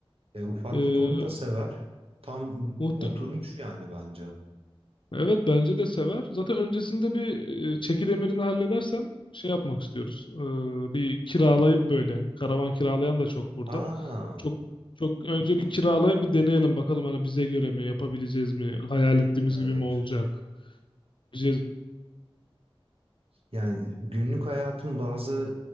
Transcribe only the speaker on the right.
E, ufaklık
onu da sever. Tam
oturmuş yani bence.
Aa,
evet.
Yani günlük hayatın bazı